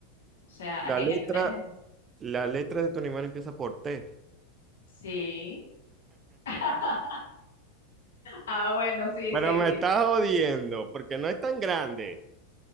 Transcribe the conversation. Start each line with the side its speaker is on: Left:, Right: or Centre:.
Left: o sea,
Right: La
Left: aquí
Right: letra,
Left: hay gente inteligente.
Right: la letra de tu animal empieza por T.
Left: Sí. <laughs> Ah, bueno, sí,
Right: Pero
Left: sí,
Right: me
Left: sí.
Right: estás jodiendo, porque no es tan grande.